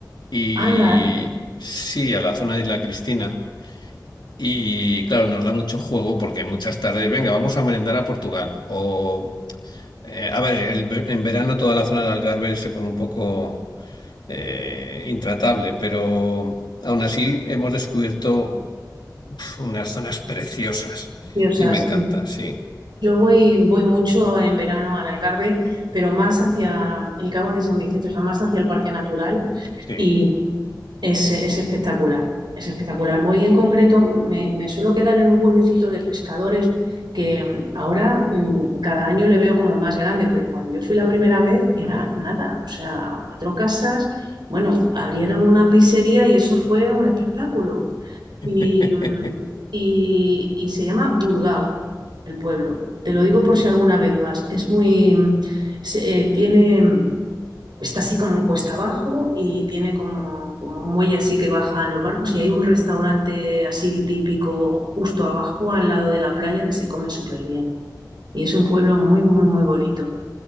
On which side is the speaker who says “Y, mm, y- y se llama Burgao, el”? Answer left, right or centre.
Right